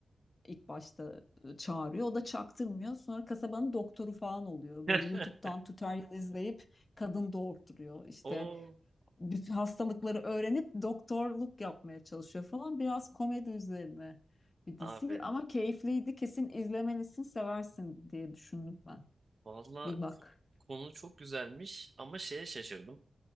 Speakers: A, on the left (about 35°); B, on the right (about 45°).
A: ilk başta e, çağırıyor. O da çaktırmıyor. Sonra kasabanın doktoru falan oluyor.
B: <laughs>
A: Böyle YouTube'dan tutorial izleyip kadın doğurtturuyor. İşte
B: Oo
A: bütün hastalıkları öğrenip doktorluk yapmaya çalışıyor falan. Biraz komedi üzerine bir dizi
B: abi.
A: ama keyifliydi. Kesin izlemelisin, seversin diye düşündüm ben.
B: Valla
A: Bir bak.
B: konu çok güzelmiş ama şeye şaşırdım.